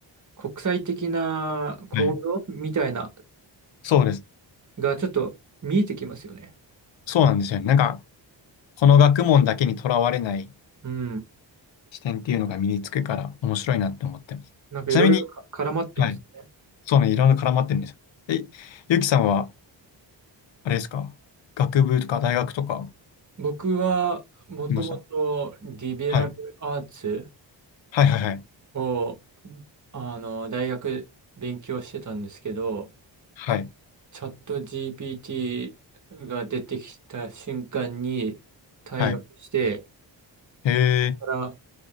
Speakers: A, on the right; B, on the left.
A: 国際的な構造みたいな
B: はい。そうです。
A: がちょっと見えてきますよね。
B: そうなんですよね。なんか、この学問だけにとらわれない
A: うん。
B: 視点っていうのが身につくから面白いなって思ってます。
A: なんかいろいろか絡まってますね。
B: ちなみに、はい。そうね、いろんな絡まってるんですよ。え、ゆきさんは、あれですか学部とか大学とか行っ
A: 僕はもともとリベラルアーツ
B: てました。はい。はいはいはい。
A: をあの大学勉強してたんですけど、
B: はい。
A: チャット GPT が出てきた瞬間に退学して、
B: はい。へえ、
A: から